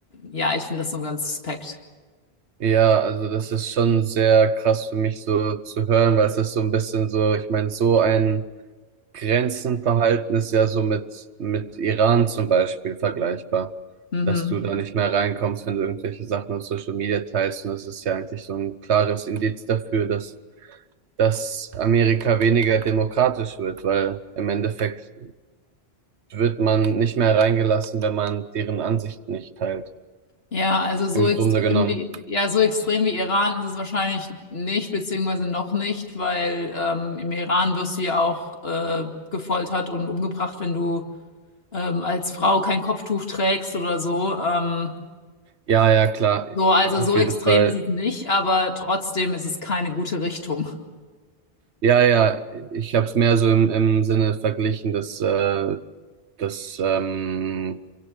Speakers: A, on the left (about 65°); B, on the right (about 90°).
A: ja, ich finde das so ganz suspekt.
B: ja, also das ist schon sehr krass für mich so zu hören, weil es ist so ein bisschen so, ich meine, so ein Grenzen verhalten ist ja so mit, mit Iran zum Beispiel vergleichbar,
A: Mhm.
B: dass du da nicht mehr reinkommst, wenn du irgendwelche Sachen auf Social Media teilst. Und das ist ja eigentlich so ein klares Indiz dafür, dass, dass Amerika weniger demokratisch wird, weil im Endeffekt wird man nicht mehr reingelassen, wenn man deren Ansichten nicht teilt.
A: Ja, also so
B: Im
A: extrem
B: Grunde genommen.
A: wie, ja, so extrem wie Iran ist es wahrscheinlich nicht, beziehungsweise noch nicht, weil ähm, im Iran wirst du ja auch äh, gefoltert und umgebracht, wenn du ähm, als Frau kein Kopftuch trägst oder so. Ähm,
B: Ja, ja, klar,
A: so, also
B: auf
A: so
B: jeden
A: extrem
B: Fall.
A: ist es nicht, aber trotzdem ist es keine gute Richtung.
B: Ja, ja, ich habe es mehr so im, im Sinne verglichen, dass, äh, dass ähm,